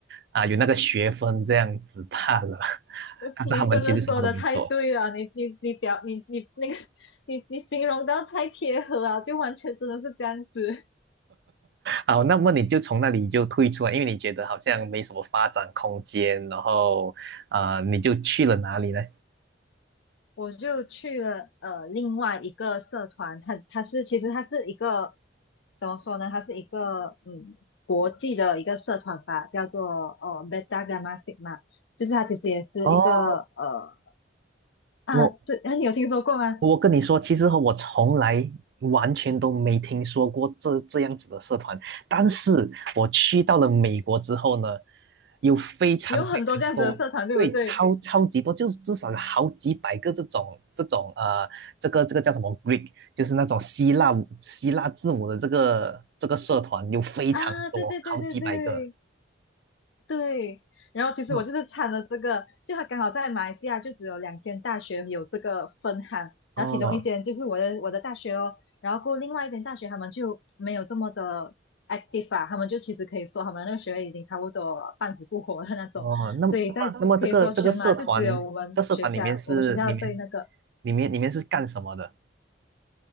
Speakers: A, on the right (about 55°); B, on the left (about 70°).
A: 啊有那个学分这样子罢了，<laughs> 但是他们其实什么都没做。
B: 你真的说的太对了，你你你表你你那个 <laughs> 你你形容到太贴合了，就完全真的是这样子。
A: 好，那么你就从那里就退出来，因为你觉得好像没什么发展空间，然后啊、呃你就去了哪里呢？
B: 我就去了呃另外一个社团，它它是其实它是一个怎么说呢？它是一个嗯国际的一个社团吧，叫做呃 b e d a Gamma s i g m 就是它其实也是一个呃
A: 哦，
B: 啊对，
A: 我。
B: <laughs> 你有听说过吗？
A: 我跟你说，其实我从来完全都没听说过这这样子的社团，但是我去到了美国之后呢，有非常非常多，
B: 有很多这样子的社团，对不对？
A: 对，超超级多，就是至少有好几百个这种这种呃，这个这个叫什么 Greek，就是那种希腊希腊字母的这个这个社团有非常多，
B: 啊，对对对对对，
A: 好几百个。
B: 对，然后其实我就是参了这个，
A: 哇
B: 就他刚好在马来西亚就只有两间大学有这个分行，
A: 哦
B: 然后其中一间就是我的我的大学咯，然后过后另外一间大学他们就没有这么的 active 啊，他们就其实可以说他们那个学位已经差不多半死不活的那种，
A: 哦，那么那么那么这个这个社团，
B: 所以在可以说全马就只有我们学校我们学校最那个，
A: 这社团里面是里面里面里面是干什么的？